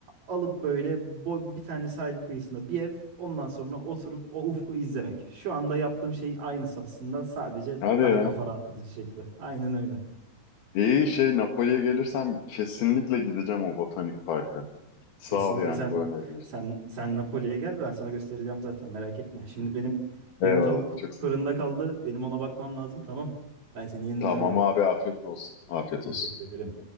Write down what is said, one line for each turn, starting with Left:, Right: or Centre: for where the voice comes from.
Right: alıp böyle bo- bir tane sahil kıyısında bir ev, ondan sonra oturup o ufku izlemek. Şu anda yaptığım şeyin aynısı aslında sadece
Left: Hadi
Right: daha
Left: ya.
Right: kafa rahatlatıcı şekli. Aynen öyle.
Left: İyi şey Napoli'ye gelirsem kesinlikle gideceğim o botanik parka. Sağ
Right: Kesinlikle
Left: ol yani
Right: sen
Left: bu önerin için.
Right: sen sen Napoli'ye gel ben sana göstereceğim zaten merak etme. Şimdi benim
Left: Eyvallah.
Right: benim tavuk
Left: Çok sağ
Right: fırında
Left: ol.
Right: kaldı. Benim ona bakmam lazım tamam. Ben seni yeniden
Left: Tamam
Right: ararım.
Left: abi afiyet olsun. Afiyet
Right: Teşekkür
Left: olsun.
Right: ederim.